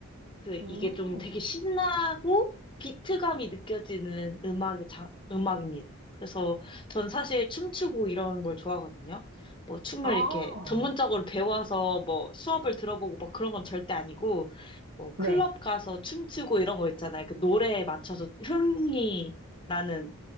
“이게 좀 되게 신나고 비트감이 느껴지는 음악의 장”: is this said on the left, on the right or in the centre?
Left